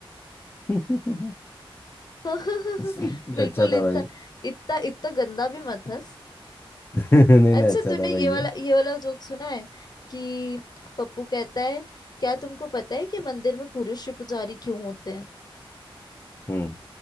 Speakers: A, on the left (about 25°); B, on the left (about 45°).
A: हम्म।
B: <laughs>
A: <laughs> ये
B: बिल्कुल
A: अच्छा था
B: इतना
A: भाई
B: इतना इतना गंदा भी मत हंस
A: <laughs> नहीं
B: अच्छा
A: नहीं अच्छा
B: तूने
A: था भाई
B: ये
A: ये
B: वाला ये वाला जोक सुना है कि पप्पू कहता है क्या तुमको पता है कि मंदिर में पुरुष ही पुजारी क्यों होते हैं
A: हम्म